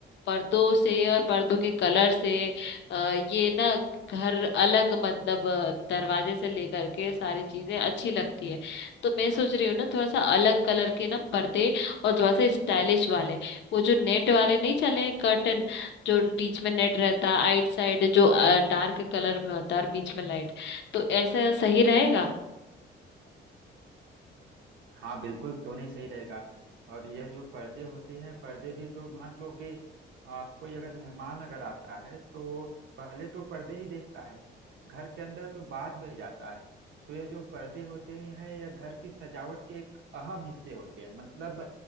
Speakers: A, on the left (about 65°); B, on the right (about 70°).
A: पर्दों से और पर्दों के कलर से अ, ये ना घर अलग मतलब अ, दरवाजे से लेकर के सारी चीजें अच्छी लगती है तो मैं सोच रही हूँ ना थोड़ा सा अलग कलर के ना पर्दे और थोड़ा सा स्टाइलिश वाले वो जो नेट वाले नहीं चले हैं कर्टन जो बीच में नेट रहता आइट साइड जो डार्क कलर में होता है और बीच में लाइट तो ऐसा सही रहेगा
B: हाँ बिल्कुल क्यों नहीं सही रहेगा और यह जो पर्दे होते हैं पर्दे भी तो मान लो कि आ, कोई अगर मेहमान अगर आता है तो पहले तो पर्दे ही देखता है घर के अंदर तो बाद में जाता है तो यह जो पर्दे होते हैं यह घर की सजावट के एक अहम हिस्से होते हैं मतलब